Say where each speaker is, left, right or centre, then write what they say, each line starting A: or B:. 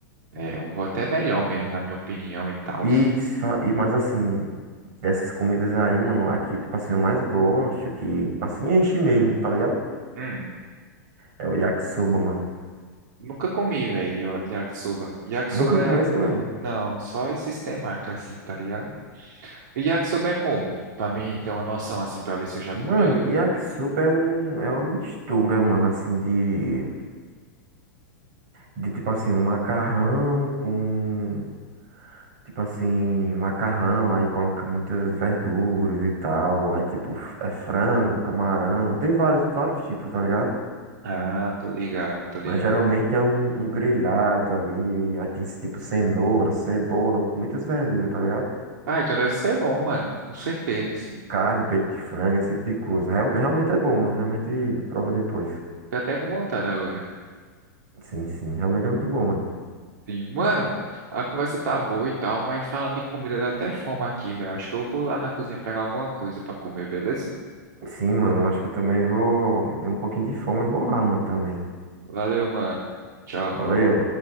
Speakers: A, on the right; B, on the right.
A: É, o hot é melhor mesmo, na minha opinião e tal.
B: E, se fa- e mais assim, dessas comidas aí, mano, aqui, tipo assim, eu mais gosto, que, tipo assim, enche mesmo, tá ligado?
A: Hum,
B: É o yakisoba, mano.
A: nunca comi, velho, yakisoba. Yakisoba
B: Nunca
A: é...
B: comi esse, mano.
A: Não, só esses temaki assim, tá ligado? E já que souber como, pra mim ter uma noção assim, pra ver se eu já comi
B: Mano,
A: ou não.
B: yakisoba é um, é uma mistura, mano, assim, de, de tipo assim, um macarrão com Tipo assim, macarrão, aí coloca muitas verduras e tal. Aí tipo, é frango, camarão. Tem vários, vários tipos, tá ligado?
A: Ah, tô ligado, tô ligado.
B: Mas geralmente é um, um grelhado ali. Aí tem tipo cenoura, cebola, muitas verduras, tá ligado?
A: Ah, então deve ser bom, mano, com certeza, sim.
B: Carne, peito de frango, esse tipo de coisa. Real- realmente é bom, mano. Realmente prova depois.
A: Tô até com vontade agora.
B: Sim, sim. Realmente é muito bom, mano.
A: Sim, mano, a conversa tá boa e tal, mas falando de comida dá até fome aqui, velho. Acho que eu vou lá na cozinha pegar alguma coisa pra comer, beleza?
B: Sim, mano. Eu acho que eu também vou. Deu um pouquinho de fome e vou lá, mano, também.
A: Valeu, mano. Tchau.
B: Valeu.